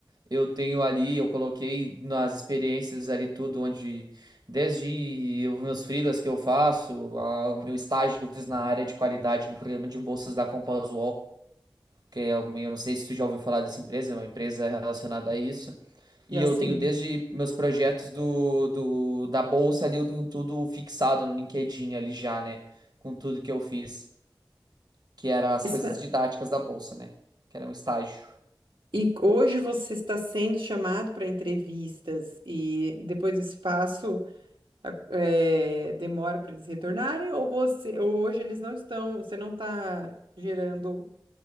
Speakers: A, on the right; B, on the right.
A: eu tenho ali, eu coloquei nas experiências ali tudo, onde desde os meus freelas que eu faço, a- o meu estágio que eu fiz na área de qualidade do programa de bolsas da Compass que é, uma- eu não sei se tu já ouviu falar dessa empresa, é uma empresa relacionada a isso. E
B: Já
A: eu
B: sim.
A: tenho desde meus projetos do, do da bolsa ali, eu tenho tudo fixado no LinkedIn ali já, né? Com tudo que eu fiz que era as
B: Essa-
A: coisas didáticas da bolsa, né? Que era um estágio.
B: E hoje você está sendo chamado para entrevistas e depois do passo é, demora para eles retornarem, ou você ou hoje eles não estão, você não está gerando